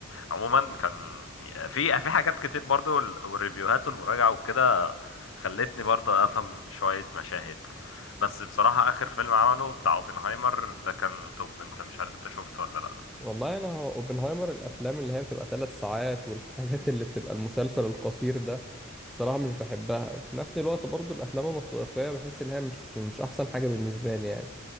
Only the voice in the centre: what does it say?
والله انا هو اوبنهايمر الافلام اللي هي بتبقى ثلاث ساعات والحاجات اللي بتبقى المسلسل القصير ده صراحة مش بحبها وفي نفس الوقت برضو الافلام الوثائقية بحس ان هي مش مش احسن حاجة بالنسبة لي يعني